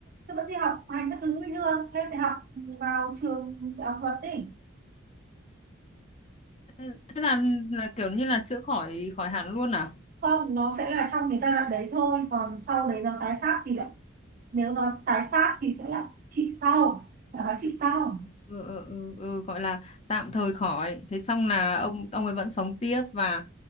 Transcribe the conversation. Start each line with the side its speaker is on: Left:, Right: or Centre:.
Right: thế vẫn đi học hành các thứ bình thường lên đại học vào trường đại học luật đi
Left: Thế, thế là là kiểu như là chữa khỏi khỏi hẳn luôn à?
Right: không nó sẽ là trong cái giai đoạn đấy thôi còn sau đấy nó tái phát thì lại nếu nó tái phát thì sẽ là trị sau là hóa trị sau
Left: Ừ, ừ, ừ, ừ, gọi là tạm thời khỏi. Thế xong là ông ông ấy vẫn sống tiếp và